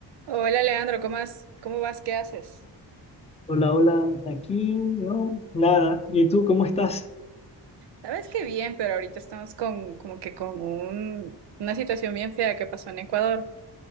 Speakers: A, on the right (about 65°); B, on the left (about 15°).
A: Hola Leandro, ¿cómo vas? ¿Cómo vas? ¿Qué haces?
B: Hola, hola, aquí no, nada. ¿Y tú cómo estás?
A: Sabes que bien, pero ahorita estamos con como que con un- una situación bien fea que pasó en Ecuador,